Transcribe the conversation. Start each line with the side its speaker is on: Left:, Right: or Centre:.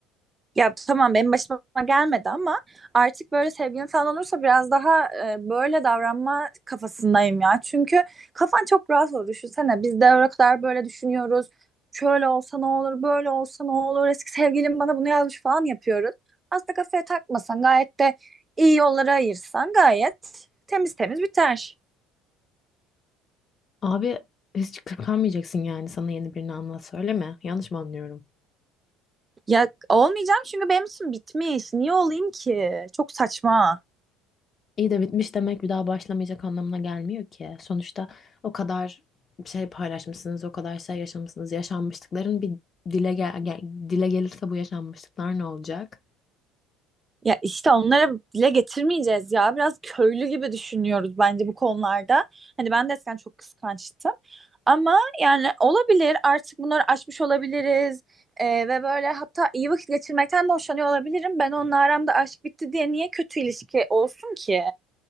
Right: Ya tamam benim başıma gelmedi ama artık böyle sevgilim falan olursa biraz daha e, böyle davranma kafasındayım ya. Çünkü kafan çok rahat olur. Düşünsene biz de o kadar böyle düşünüyoruz. Şöyle olsa ne olur, böyle olsa ne olur. Eski sevgilim bana bunu yazmış falan yapıyoruz. Aslında kafaya takmasan gayet de iyi yollara ayırsan gayet temiz temiz biter.
Left: Abi hiç kırpamayacaksın yani sana yeni birini anlat söyleme. Yanlış mı anlıyorum?
Right: Ya olmayacağım çünkü benim için bitmiş. Niye olayım ki? Çok saçma.
Left: İyi de bitmiş demek bir daha başlamayacak anlamına gelmiyor ki. Sonuçta o kadar şey paylaşmışsınız, o kadar şey yaşamışsınız. Yaşanmışlıkların bir dile gel gel- dile gelirse bu yaşanmışlıklar ne olacak?
Right: Ya işte onlara dile getirmeyeceğiz ya. Biraz köylü gibi düşünüyoruz bence bu konularda. Hani ben de eskiden çok kıskançtım. Ama yani olabilir artık bunları aşmış olabiliriz. Ee, ve böyle hatta iyi vakit geçirmekten de hoşlanıyor olabilirim. Ben onunla aramda aşk bitti diye niye kötü ilişki olsun ki?